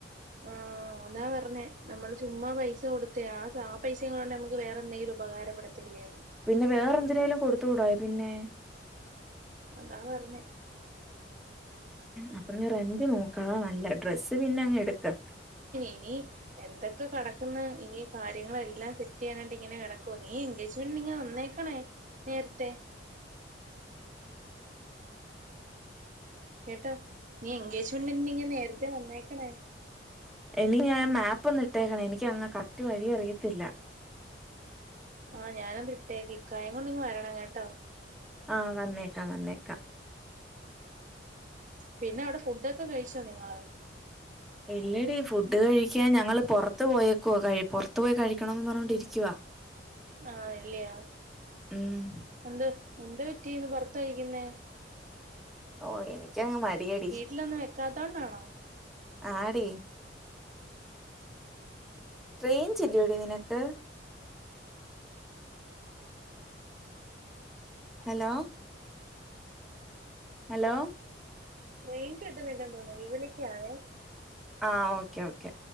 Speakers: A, on the right; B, in the centre.
A: ആഹ് ആ അതാ പറഞ്ഞേ നമ്മള് ചുമ്മാ പൈസ കൊടുത്തെയാ ആ പൈസയും കൂടെ ഒണ്ടേ വേറെന്തെങ്കിലും ഉപകാരപ്പെടുത്തില്ലോ
B: പിന്നെ വേറെന്തിനേലും കൊടുത്തു വിടാം പിന്നെ
A: അതാ പറഞ്ഞെ
B: അപ്പൊ നി റെന്റ് നോക്കണതാ നല്ലെ ഡ്രസ്സ് പിന്നെ അങ്ങ് എടുക്ക്
A: ഇനിഎന്തൊക്കെ കെടക്ക്ന്ന് ഇനി കാര്യങ്ങളെല്ലാം സെറ്റ് ചെയ്യാനാട്ട് ഇങ്ങനെ കട നീ എൻഗേജ്മെന്റിന് വന്നേക്കണേ നേരത്തെ കേട്ടോ നീ എൻഗേജ്മെന്റിനു നേരത്തെ വന്നേക്കണേ
B: എടി ആ മാപ്പ് ഒന്നിട്ടേക്കണെ ഇനിക്കങ്ങ് കറക്റ്റ് വഴി അറിയത്തില്ല
A: ആഹ് ഞാനതിട്ടേക്കാം ഇക്കായേം കൊണ്ട് ഇങ്ങ് വരണം കേട്ടോ
B: ആ വന്നേക്കാം വന്നേക്കാം
A: പിന്നവിടെ ഫുഡൊക്കെ കഴിച്ചോ നിങ്ങള്
B: ഇല്ലടി ഫുഡ് കഴിക്കാൻ ഞങ്ങള് പൊറത്ത് പോയേക്കുവ പുറത്തു പോയി കഴിക്കണന്ന് പറഞ്ഞോണ്ടിരിക്കുവ
A: ആ ആന്നല്ലിയോ
B: ഉം
A: എന്ത് എന്തുപറ്റിന്ന് പുറത്തഴിക്കുന്നേ
B: ഓഹ് എനിക്കങ്ങ് മടിയെടി
A: വീട്ടിലൊന്നും വെക്കാത്തൊണ്ടാണോ
B: ആടി റൈഞ്ച ഇല്ലോടി നിനക്ക് ഹലോ ഹലോ
A: റൈഞ്ച് കിട്ടുന്നില്ല ല്ലാ തോന്നുന്നു വിളക്കാ വെ
B: ആഹ് ഓക്കെ ഓക്കെ